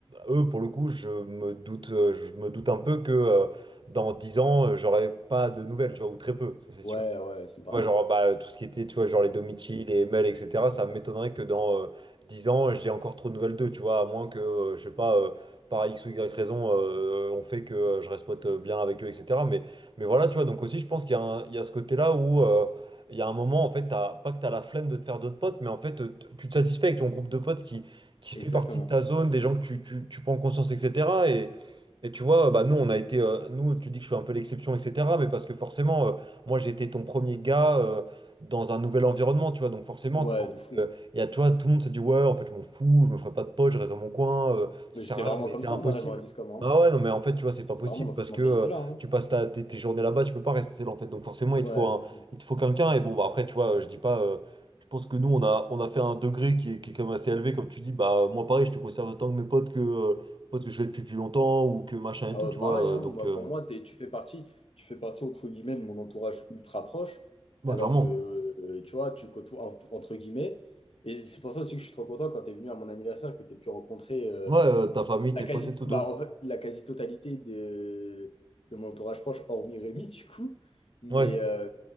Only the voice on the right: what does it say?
eux, pour le coup, je me doute, euh, je me doute un peu que euh, dans 10 ans, euh, j'aurai pas de nouvelles, tu vois, ou très peu, ça c'est
sûr. Tu
vois, genre, bah, tout ce qui était, tu vois, genre les Domichi, les Mel, etc., ça m'étonnerait que dans euh, 10 ans, j'ai encore trop de nouvelles d'eux, tu vois, à moins que, euh, je sais pas, euh, par X ou Y raison, euh, on fait que euh, je reste pote euh, bien avec eux, etc. Mais, mais voilà, tu vois, donc aussi, je pense qu'il y a un- il y a ce côté-là où euh, il y a un moment, en fait, t'as, pas que t'as la flemme de te faire d'autres potes, mais en fait, euh, t- tu te satisfais avec ton groupe de potes qui, qui
fait partie de ta zone, des gens que tu, tu, tu prends en conscience, etc. Et, et tu vois, bah, nous, on a été, euh, nous, tu dis que je suis un peu l'exception, etc., mais parce que forcément. Moi, j'étais ton premier gars euh, dans un nouvel environnement, tu vois. Donc forcément,
t- en
fait, euh, il y a, tu vois, tout le monde se dit, ouais, en fait, je m'en fous, je me ferai pas de potes, je reste dans mon coin, euh, ça
sert
à
rien, mais
c'est
impossible.
Ah ouais, non, mais en fait, tu vois, c'est pas
possible
parce
que euh,
tu passes ta, tes, tes journées là-bas, tu peux pas rester seul, en fait. Donc forcément,
il te faut un,
il te faut quelqu'un. Et bon, bah, après, tu vois, euh, je dis pas, euh, je pense que nous, on a, on a fait un degré qui est, qui est quand même assez élevé, comme tu dis, bah, moi, pareil, je te conserve autant que mes potes que, euh, potes que je fais depuis plus longtemps ou que machin
et tout,
tu
vois.
euh, donc,
euh,
ouais,
clairement.
Ouais, euh, ta famille,
tes
potes et tout, de
ouf.
Ouais.